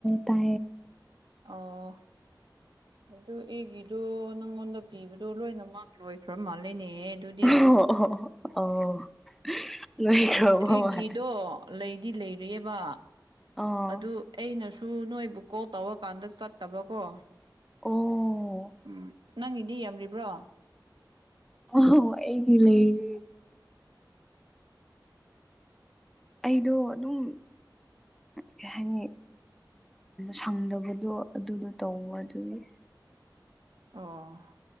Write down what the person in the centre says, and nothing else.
ꯇꯥ
ꯑꯣ ꯑꯣ ꯑꯣ ꯂꯣꯏꯈ꯭ꯔꯕ
ꯃꯥꯜꯂꯦ
ꯑꯥ
ꯑꯣ
ꯑꯣ ꯑꯩꯒꯤ ꯂꯩꯔꯦ ꯑꯩꯗꯣ ꯑꯗꯨꯝ ꯀꯩ ꯍꯥꯏꯅꯤ ꯁꯪꯗꯕꯗꯣ ꯑꯗꯨꯅ ꯇꯧꯉ ꯑꯗꯨꯒꯤ